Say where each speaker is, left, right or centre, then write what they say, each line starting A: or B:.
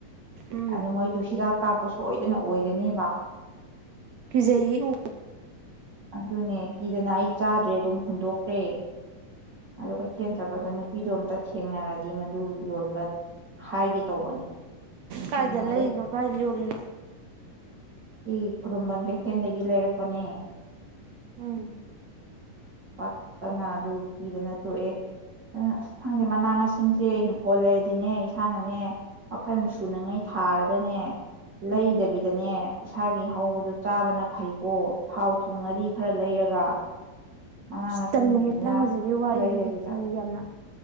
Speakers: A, on the right (about 80°); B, on the right (about 35°).
A: ꯎꯝ
B: ꯑꯗꯨ ꯃꯣꯏꯗꯨ ꯍꯤꯗꯥꯛ ꯀꯥꯞꯄ ꯁꯣꯏꯗꯅ ꯑꯣꯏꯒꯅꯦꯕ
A: ꯀꯤꯖꯩꯌꯦ ꯎ
B: ꯑꯗꯨ ꯑꯗꯨꯅ ꯀꯗꯅ ꯑꯩ ꯆꯥꯗ꯭ꯔꯦ ꯑꯗꯨꯝ ꯍꯨꯟꯗꯣꯛꯈ꯭ꯔꯦ ꯑꯗ ꯀꯩꯊꯦꯜ ꯆꯠꯄꯗ ꯅꯨꯄꯤꯗꯣ ꯑꯝꯇ ꯊꯦꯡꯅꯔꯗꯤ ꯃꯗꯨ ꯌꯣꯟꯕ ꯍꯥꯏꯒꯦ ꯇꯧꯕꯅꯤ
A: ꯀꯥꯏꯗ
B: ꯊꯦꯡꯅꯗꯦ
A: ꯂꯩꯔꯤꯅꯣ ꯀꯥꯏꯗ ꯌꯣꯜꯂꯤꯅꯣ
B: ꯁꯤ ꯈꯨꯔꯝꯕꯟ ꯕꯩꯊꯦꯟꯗꯒꯤ ꯂꯩꯔꯛꯄ ꯑꯅꯦ
A: ꯎꯝ
B: ꯄꯠꯇꯅ ꯑꯗꯨ ꯀꯤꯗꯅ ꯇꯣꯛꯑꯦ ꯑꯗꯨ ꯑꯁ ꯈꯪꯗꯦ ꯃꯅꯥ ꯃꯁꯤꯡꯁꯦ ꯏꯪꯈꯣꯜ ꯂꯩꯔꯗꯤꯅꯦ ꯏꯁꯥꯅꯅꯦ ꯃꯈꯜ ꯁꯨꯅꯉꯩ ꯊꯥꯔꯒꯅꯦ ꯂꯩꯗꯕꯤꯗꯅꯦ
A: ꯎꯝ
B: ꯏꯁꯥꯒꯤ ꯍꯧꯕꯗꯨ ꯆꯥꯕꯅ ꯐꯩꯀꯣ ꯊꯥꯎ ꯊꯨꯝ ꯑꯗꯤ ꯈꯔ ꯂꯩꯔꯒ ꯃꯅꯥ
A: ꯑꯁ
B: ꯃꯁꯤꯡꯁꯤꯡꯁꯤꯅ
A: ꯇꯜꯂꯍꯦ ꯅꯪ ꯍꯧꯖꯤꯛꯀꯤ ꯋꯥꯔꯤꯗꯨꯗꯤ
B: ꯂꯩꯗꯕꯤꯗ
A: ꯀꯤ ꯌꯥꯝꯅ